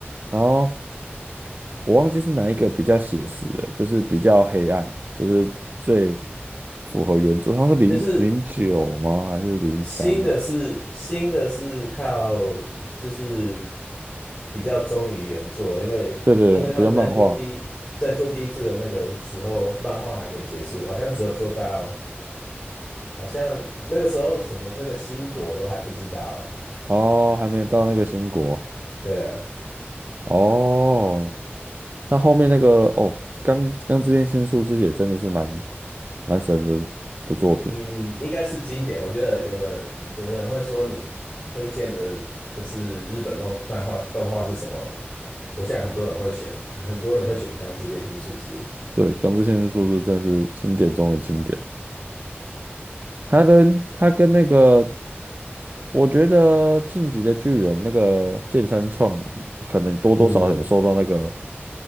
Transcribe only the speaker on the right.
然后我忘记是哪一个比较写实的，就是比较黑暗，就是最符合原著。它是零零九吗？
还是零三呢？
对对，比较漫画。
哦，还没有到那个新国。
哦，那后面那个哦，钢钢之炼金术师也真的是蛮蛮神的的作品。
对，钢之炼金术师真的是经典中的经典。他跟他跟那个我觉得《进击的巨人》那个剑山创可能多多少少有受到那个